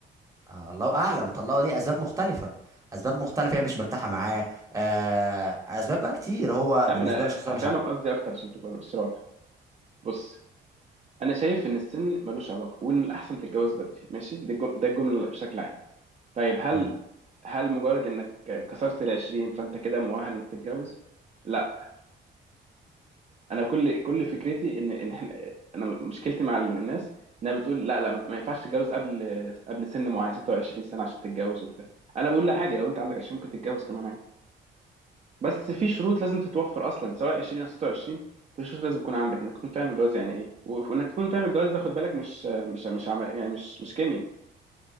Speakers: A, on the right; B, on the right.
A: آه، الله اعلم طلقوا ليه اسباب مختلفه اسباب مختلفه هي مش مرتاحه معاه آه، اسباب بقى كتير هو
B: يا عم
A: بالنسبه
B: انا
A: له شخصيه
B: هفهمك
A: مش عارف
B: قصدي اكتر عشان تبقى مش رايح بص انا شايف ان السن ملوش علاقه وان الاحسن تتجوز بدري ماشي ده الجم- ده الجمله بشكل عام طيب هل
A: امم
B: هل مجرد انك كسرت ال 20 فانت كده مؤهل انك تتجوز لا انا كل كل فكرتي ان ان إحنا- انا مشكلتي مع الناس انها بتقول لا لا ما ما ينفعش تتجوز قبل قبل سن معين 26 سنه عشان تتجوز وبتاع انا بقول لا عادي لو انت عندك 20 ممكن تتجوز كمان عادي بس في شروط لازم تتوفر اصلا سواء 20 او 26 في شروط لازم تكون عندك انك تكون فاهم الجواز يعني ايه و- وانك تكون فاهم الجواز ده خد بالك مش مش مش عم... يعني مش مش كيمياء